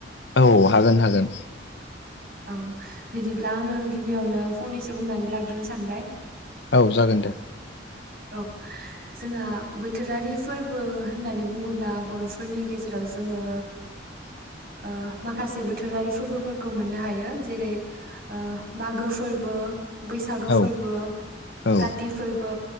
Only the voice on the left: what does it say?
औ हागोन हागोन।
औ जागोन दे।
<inaudible>
औ
औ